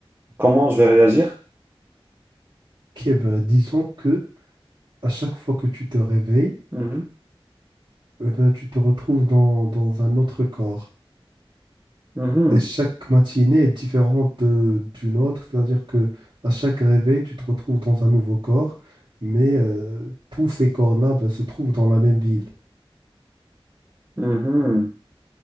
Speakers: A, on the right; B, on the right.
A: comment je vais réagir.
B: Ok, ben disons que à chaque fois que tu te réveilles,
A: Mhm,
B: eh ben, tu te retrouves dans, dans un autre corps.
A: mhm,
B: Et chaque matinée est différente de- d'une autre, c'est-à-dire que à chaque réveil, tu te retrouves dans un nouveau corps, mais euh, tous ces corps-là ben, se trouvent dans la même ville.
A: mhm.